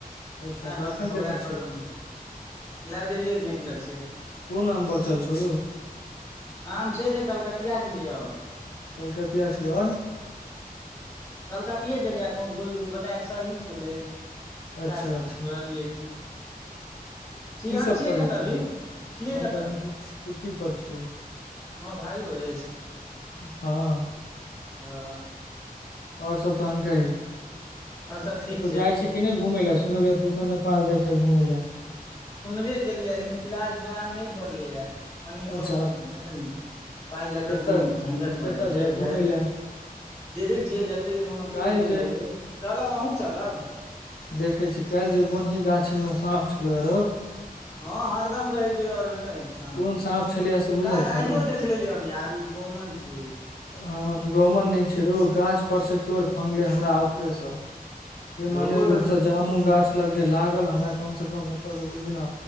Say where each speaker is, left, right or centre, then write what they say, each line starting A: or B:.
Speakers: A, on the left; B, on the left.
A: अच्छा
B: हँ
A: तऽ एखन कतऽ
B: उएह कलममे
A: छी
B: लाइब्रेरिए गेट लग छियै
A: कोन आम बचल छो
B: आम छै ने कलकतिया छले यौ
A: कलकतिया छलो आर
B: कलकतिए छलै गोट सरही छलै
A: अच्छा
B: इएह सब
A: अच्छा
B: तोड़लियै छी
A: की
B: अहाँ
A: सब
B: छियै
A: पढ़ै
B: कतऽ
A: छी
B: अभी
A: रौ
B: छियै
A: हम
B: कतऽ
A: तऽ एखन छुट्टी पर छियै
B: हमर भाइ हो अछि
A: हँ
B: आ
A: ओर सब तहन कही
B: सब ठीक
A: कतहु
B: छै
A: जाइ छी किने घूम लै सुनलियै तूस नेपाल जाय छ घुमय ले
B: सुनबे केलियै लेकिन फिलहाल प्लान नहि बनले ह मनी प्रॉब्लम
A: अच्छा
B: छै ने कनि पाइ लऽ
A: कतऽ
B: कऽ कनि झंझट
A: तहन
B: भऽ
A: कतऽ
B: जाइ छै
A: जायब घुमय
B: जाइ
A: लए
B: देखे छिये जते ओन ओते
A: काल्हि
B: निकलि जेबै चलब अहूँ चलब
A: देखै छी काल्हि जे बनही गाछीमे साँप छलहु आरो
B: हँ हरदम रहै छै ओहि आर मे साँफ
A: कोन साँप छलैये से बुझल
B: सफाइयो
A: छौ
B: देख देख लेलियै हम यार गहुमन छीयै
A: हँ गेँहुमन नहि छै रो गाछ पर से एक बेर फगले हमरा ऊपरेसँ से
B: रोबो
A: माने ओतऽ जामुन गाछ लग जे लागल हमरा कम से कम तऽसँ बुझली ने